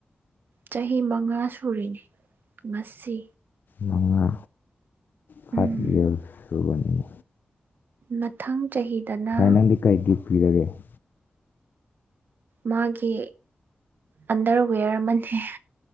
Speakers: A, on the right; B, on the left.
A: ꯆꯍꯤ ꯃꯉꯥ ꯁꯨꯔꯤꯅꯤ ꯉꯁꯤ
B: ꯃꯉꯥ ꯐꯥꯏꯚ
A: ꯎꯝ
B: ꯏꯌꯥꯔꯁ ꯁꯨꯕꯅꯤ
A: ꯃꯊꯪ ꯆꯍꯤꯗꯅ
B: ꯅꯪꯗꯤ ꯀꯩ ꯒꯤꯐ ꯄꯤꯔꯒꯦ <unintelligible> <inaudible>
A: ꯃꯥꯒꯤ ꯑꯟꯗꯔꯋꯦꯌꯔ ꯑꯃꯅꯦ